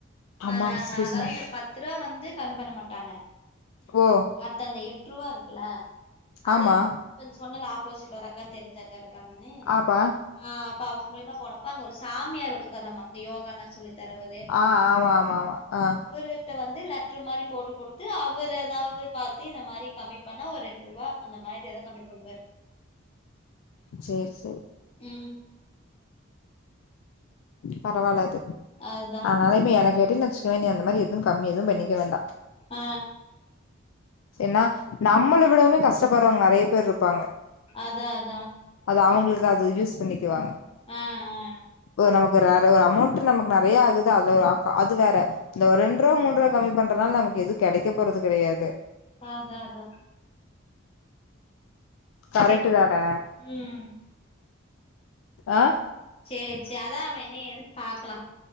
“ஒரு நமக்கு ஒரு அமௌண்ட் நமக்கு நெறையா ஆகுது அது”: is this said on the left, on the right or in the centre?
Left